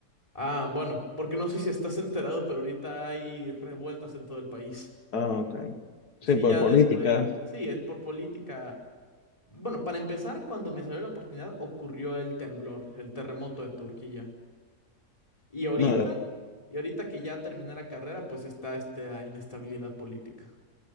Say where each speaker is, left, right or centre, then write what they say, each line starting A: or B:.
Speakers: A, on the left (about 20°); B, on the left (about 90°).
A: Ah, bueno, porque no sé si estás enterado, pero ahorita hay revueltas en todo el país.
B: Ah, ok. Sí,
A: Sí,
B: por
A: ya
B: política.
A: después. Sí, es por política. Bueno, para empezar, cuando me salió la oportunidad, ocurrió el temblor, el terremoto de Turquía. Y ahorita,
B: No, de-
A: y ahorita que ya terminé la carrera, pues está esta inestabilidad política.